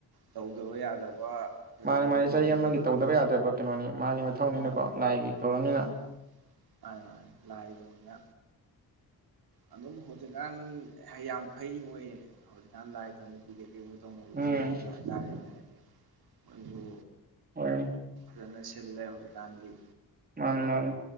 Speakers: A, on the right; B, on the right.
A: ꯇꯧꯗꯕ ꯌꯥꯗꯕ ꯑꯩꯈꯣꯏꯒꯤ
B: ꯃꯥꯅꯤ ꯃꯥꯅꯤ
A: ꯃꯅꯤꯄꯨꯔꯒꯤ
B: ꯆꯍꯤ ꯑꯃꯒꯤ
A: ꯑꯣꯏꯕ
B: ꯇꯧꯗꯕ ꯌꯥꯗ꯭ꯔꯕ ꯀꯩꯅꯣꯅꯤ ꯃꯥꯒꯤ ꯃꯊꯧꯅꯤꯅꯀꯣ
A: ꯎꯝ
B: ꯂꯥꯏꯒꯤ ꯊꯧꯔꯝꯅꯤꯅ
A: ꯎꯝ ꯃꯥꯅꯦ ꯃꯥꯅꯦ ꯂꯥꯏꯒꯤ ꯑꯣꯏꯅꯥ ꯑꯗꯨꯝ ꯍꯧꯖꯤꯛꯀꯥꯟ ꯌꯥꯝ ꯐꯩ ꯃꯣꯏ ꯍꯧꯖꯤꯛꯀꯥꯟ ꯂꯥꯏ ꯀꯝꯃꯤꯇꯤ ꯀꯩꯀꯩ ꯇꯧꯅꯔꯤꯕꯁꯤꯡꯁꯤꯁꯨ
B: ꯎꯝ
A: ꯍꯥꯏꯇꯥꯔꯦꯅꯦ ꯍꯥꯏꯗꯤ ꯃꯁꯨ
B: ꯍꯣꯏ
A: ꯐꯖꯅꯥ ꯁꯤꯜꯂꯦ ꯍꯦꯖꯤꯛꯀꯥꯟꯗꯤ
B: ꯃꯥꯅꯦ ꯃꯥꯅꯤ